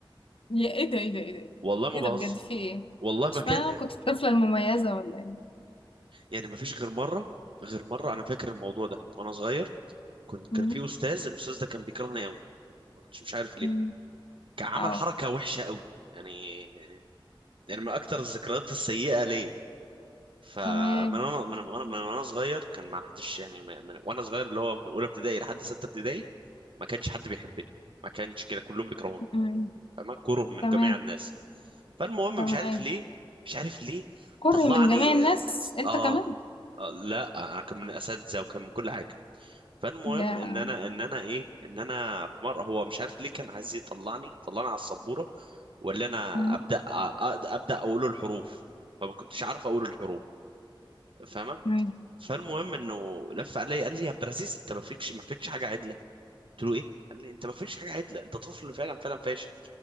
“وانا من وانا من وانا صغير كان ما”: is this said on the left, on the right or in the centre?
Right